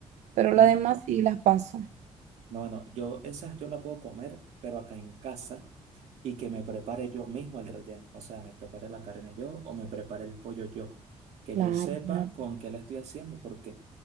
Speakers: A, on the right (about 80°); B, on the right (about 70°).
A: Pero
B: no.
A: las demás sí las paso.
B: No, bueno, yo esas yo la puedo comer, pero acá en casa y que me prepare yo mismo el relleno. O sea, me prepare la carne yo o me prepare el pollo yo. Que
A: Claro,
B: yo sepa
A: claro.
B: con qué la estoy haciendo, porque